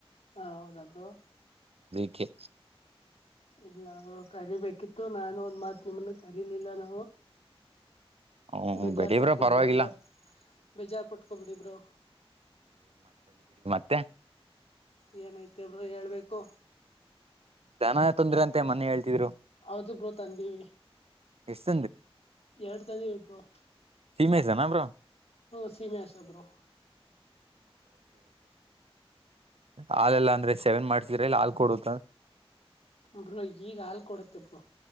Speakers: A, on the left; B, on the right.
A: ಹಾ ಹೌದಬ್ರು
B: ಓಕೆ
A: ಇಲ್ಲ ಅವರು ಕರಿಬೇಕಿತ್ತು ನಾನು ಒಂದ್ ಮಾತ್ ನಿಮ್ಮನ್ನ ಕರಿಲಿಲ್ಲ ನಾವು
B: ಹ್ಮ
A: ಬೇಜಾರ್ಪಟ್ಕೋ
B: ಬಿಡಿ ಬ್ರೋ ಪರವಾಗಿಲ್ಲ
A: ಬಿಿಡಿಬರು ಬೇಜಾರ್ಪಟ್ಕೋ ಬಿಿಡಿಬರು
B: ತ್ತ
A: ಏನೈತಿಬರು ಹೇಳ್ಬೇಕು
B: ದನ ತೊಂದ್ರ ಅಂತೆಂತ ಮನ್ನಿ ಹೇಳ್ತಿದ್ರು
A: ಹೌದು ಬರು ತಂದೀವಿ
B: ಎಷ್ಟ್
A: ಎರಡು ತಂದೀವಿ ಬ್ರರು
B: ಸಿೀಮೆ ಸ ನಮ್ರರು
A: ಹ್ಮ ಸೀಮ ಸಬರು
B: ಹಾಾಲ ಎಲ್ಲ ಅಂದ್ರೆ ಸೆವೆನ್ ಮಾಡ್ತರಲ್ಲ ಹಾಲ್ ಕೊಡುತ್ತ
A: ಬ್ರೂ ಈಗ ಹಾಲ್ ಕೊಡತ್ತೆ ಬ್ರೂ